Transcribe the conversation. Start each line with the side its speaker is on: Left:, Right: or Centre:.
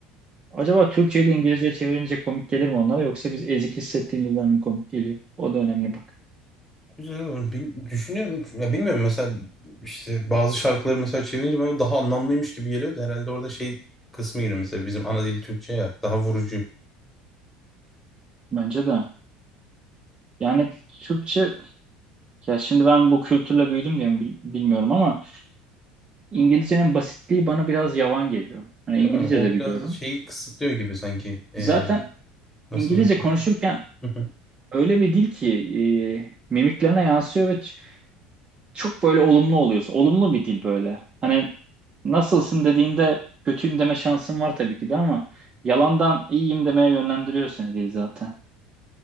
Right: acaba Türkçeyi de İngilizceye çevirince komik gelir mi onlara yoksa biz ezik hissettiğimizden mi komik geliyor? O da önemli bak.
Centre: Güzel olur. Bil- Düşünüyorum. Ya bilmiyorum mesela işte bazı şarkıları mesela çevirince bana daha anlamlıymış gibi geliyor da herhalde orada şey kısmı giriyor mesela bizim ana dil Türkçe ya daha vurucu
Right: Bence de. Yani Türkçe ya şimdi ben bu kültürle büyüdüm diye mi bil- bilmiyorum ama İngilizcenin basitliği bana biraz yavan geliyor. Hani
Centre: değil
Right: İngilizce
Centre: mi? O
Right: de
Centre: biraz
Right: biliyorum.
Centre: şeyi kısıtlıyor gibi sanki. Ee,
Right: Zaten
Centre: nasıl
Right: İngilizce
Centre: desem.
Right: konuşurken
Centre: Hı hı.
Right: öyle bir dil ki e, mimiklerine yansıyor ve ç- çok böyle olumlu oluyorsun. Olumlu bir dil böyle. Hani nasılsın dediğinde kötüyüm deme şansın var tabii ki de ama yalandan iyiyim demeye yönlendiriyor seni dil zaten.